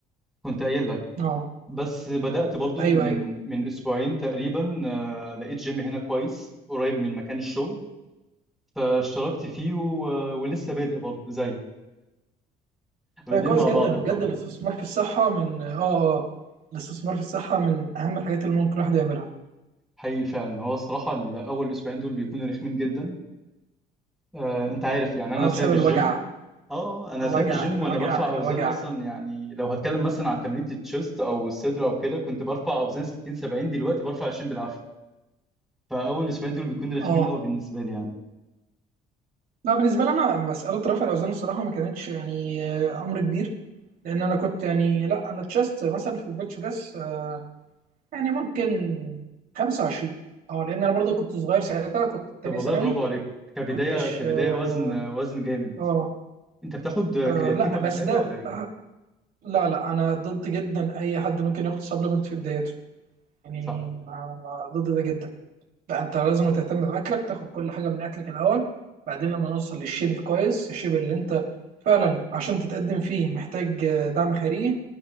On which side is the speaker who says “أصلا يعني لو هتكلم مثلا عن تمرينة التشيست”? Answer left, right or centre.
Centre